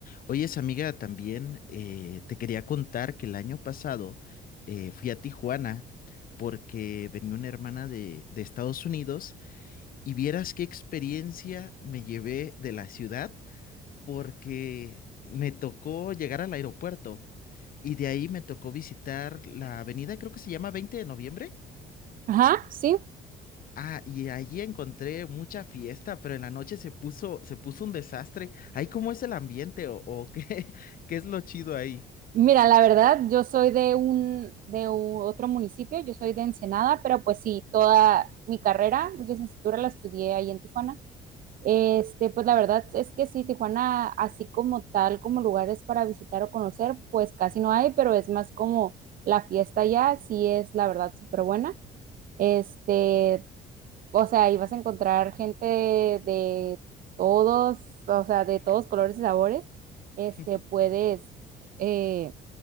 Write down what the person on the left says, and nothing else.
Oye, esa amiga, también eh, te quería contar que el año pasado eh, fui a Tijuana porque venía una hermana de, de Estados Unidos y vieras qué experiencia me llevé de la ciudad porque me tocó llegar al aeropuerto y de ahí me tocó visitar la avenida, creo que se llama 20 de noviembre.
Ah, y allí encontré mucha fiesta, pero en la noche se puso, se puso un desastre. Ahí, ¿cómo es el ambiente o, o qué, <laughs> qué es lo chido ahí?
<laughs>